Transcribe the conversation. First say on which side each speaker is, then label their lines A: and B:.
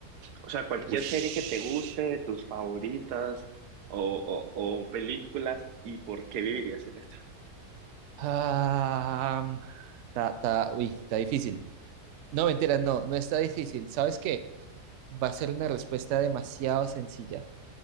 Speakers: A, on the right; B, on the right.
A: O sea, cualquier
B: Ush.
A: serie que te guste, de tus favoritas o, o, o películas y por qué vivirías en esta.
B: Ah, mm, ta, ta- uy, está difícil. No, mentira, no, no está difícil. ¿Sabes qué? Va a ser una respuesta demasiado sencilla.